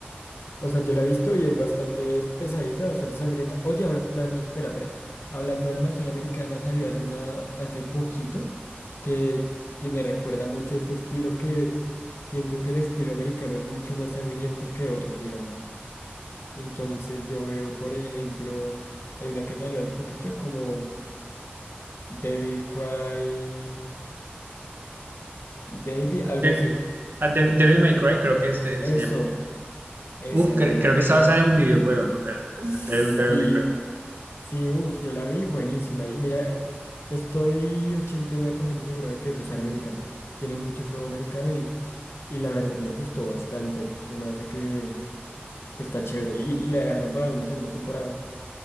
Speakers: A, on the left (about 80°); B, on the right (about 60°).
A: O sea, yo la he visto y es bastante pesadita, bastante sangrienta. Oye, hablando, espera, espera. Hablando de animación americana, salió hace una, hace poquito, que, que me recuerda mucho ese estilo que siento que el estilo americano es mucho más sangriento que otros, digamos. Entonces yo veo, por ejemplo, hay una que salió hace poquito como Devil Cry Baby, algo
B: De,
A: así.
B: a De- Devil May Cry creo que este
A: Eso,
B: se llama.
A: esa,
B: Uf, cre-
A: Devil
B: creo
A: May
B: que está
A: Cry.
B: basada en un videojuego, ¿no? El,
A: Sí,
B: el de Devil, Devil May Cry.
A: Sí, uff, yo la vi buenísima. Y mira, eh, estoy 89% seguro de que eso es americano. Tiene mucho flow americano y, y la verdad me gustó bastante. Además de que, que está chévere. Y, y la dejaron para una segunda temporada.